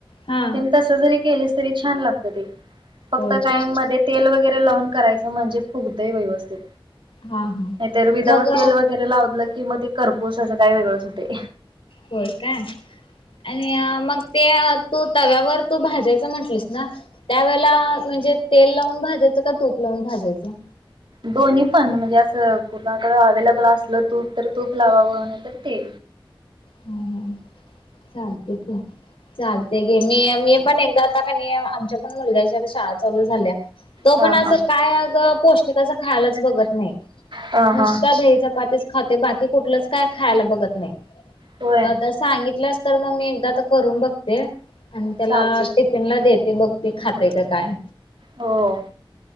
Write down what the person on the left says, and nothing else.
हा
होय
का
हा हा
मग
होर काय आणि मग ते तू तव्यावर तू भाजायचं म्हंटलंस ना त्यावेेळे म्हणजे तेल लावून भाजायचं का तूप लावून भाजायचं
हम् हम चालते क चालते घे मी मी पण एकदा आता का आमच्या पण मुलग्याच्या शाळा चालू झाल्या तो
पण असं
काय अ पोस्ट खाय बत नाही
मत
खात बाकी कुठलंच काय खायला बघत नाही
आता सांगितलंस तर मग मी एकदा आ तर करून बघते आणि त्याला
टिफिन ला देते बघ त खाते का काय